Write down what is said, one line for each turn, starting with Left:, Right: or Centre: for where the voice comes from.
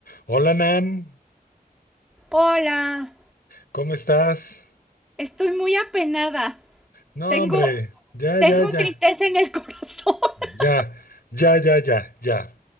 Left: Hola Nan,
Centre: Hola,
Left: ¿cómo estás?
Centre: estoy muy apenada.
Left: No,
Centre: Tengo,
Left: hombre, ya,
Centre: tengo
Left: ya, ya,
Centre: tristeza en el corazón. <laughs>
Left: ya, ya, ya, ya, ya.